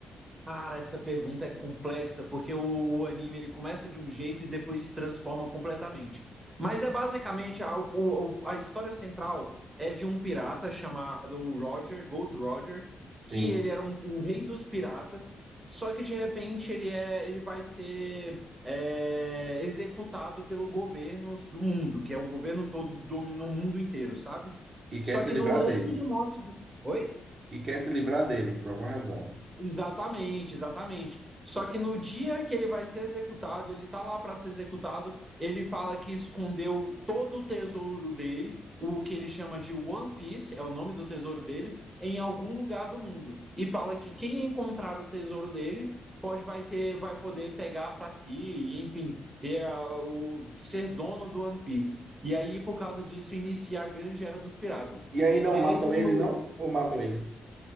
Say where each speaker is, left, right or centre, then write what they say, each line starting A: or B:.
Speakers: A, on the right; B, on the right.
A: Cara, essa pergunta é complexa, porque o, o anime ele começa de um jeito e depois se transforma completamente. Mas é basicamente a, o- o- a história central é de um pirata chamado Roger, Gold Roger,
B: Sim.
A: que ele era um- o rei dos piratas, só que de repente ele é ele vai ser é, executado pelo governo do mundo, que é o governo todo domina o mundo inteiro, sabe?
B: E quer
A: Só
B: se
A: que
B: livrar
A: no leito
B: dele.
A: de morte dele. Oi?
B: Que quer se livrar dele, por alguma razão.
A: Exatamente, exatamente. Só que no dia que ele vai ser executado, ele tá lá para ser executado, ele fala que escondeu todo o tesouro dele, o que ele chama de One Piece, é o nome do tesouro dele, em algum lugar do mundo. E fala que quem encontrar o tesouro dele pode vai ter, vai poder pegar para si, e, enfim, ter a- o ser dono do One Piece. E aí, por causa disso, inicia a grande era dos piratas.
B: E aí não
A: E
B: matam
A: aí tem
B: ele,
A: o
B: não? Ou matam ele?